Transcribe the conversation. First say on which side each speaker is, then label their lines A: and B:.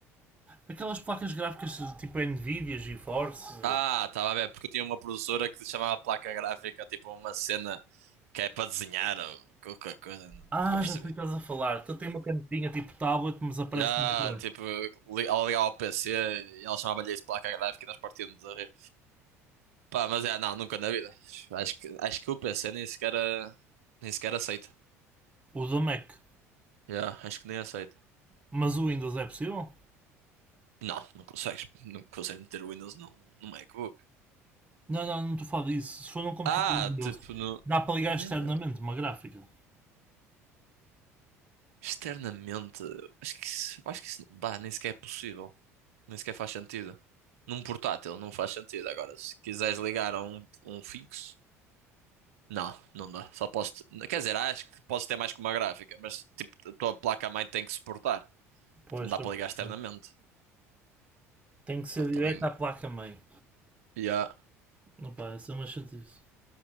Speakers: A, on the right; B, on the right.
A: Aquelas placas gráficas tipo Nvidia, GeForce.
B: Ah, estava a ver, porque eu tinha uma professora que se chamava placa gráfica, tipo uma cena que é para desenhar ou qualquer coisa,
A: Ah,
B: nunca percebi.
A: já sei o que estás a falar. Tu tem uma canetinha tipo tablet, mas aparece
B: Ah,
A: no ecrã.
B: tipo, li- ela ligava ao PC e ela chamava-lhe isso placa gráfica e nós partíamos a rir. Pá, mas é, não, nunca na vida. Acho que, acho que o PC nem sequer, eh, nem sequer aceita.
A: O do Mac.
B: Yeah, acho que nem aceita.
A: Mas o Windows é possível?
B: Não, não consegues, não consegues meter o Windows no, no MacBook.
A: Não, não, não estou a falar disso. Se for num computador
B: Ah,
A: Windows,
B: tipo, no...
A: dá para ligar
B: mesmo
A: externamente uma gráfica.
B: externamente, acho que isso, acho que isso não dá, nem sequer é possível. Nem sequer faz sentido. Num portátil não faz sentido. Agora, se quiseres ligar a um, um fixo, não, não dá. Só posso. te- Quer dizer, acho que posso ter mais que uma gráfica, mas tipo, a tua placa-mãe tem que suportar,
A: Pois,
B: porque não
A: estou
B: dá para
A: a perceber.
B: ligar externamente.
A: Tem que ser
B: Pá, também.
A: direto à placa-mãe.
B: Yeah.
A: Não pá, isso é uma chatice.